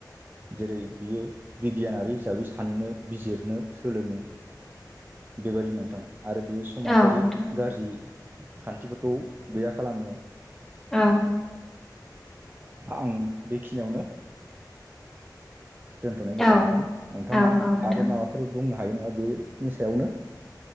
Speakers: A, on the right (about 25°); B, in the centre.
A: जेरै बियो बिगियानारि हिसाबै साननो बिजिरनो सोलोङो बेबायदि नोंथां आरो बेयो समाजारि
B: औ नोंथां
A: गाज्रि खान्थिफोरखौ गैया खालामो।
B: औ।
A: आं बेखिनियावनो दोन्थ'नाय जाबाय
B: औ
A: नोंथां नोंथाङा
B: औ औ नोंथां
A: आरो माबाफोर बुंनो हायो नामा बेनि सायावनो?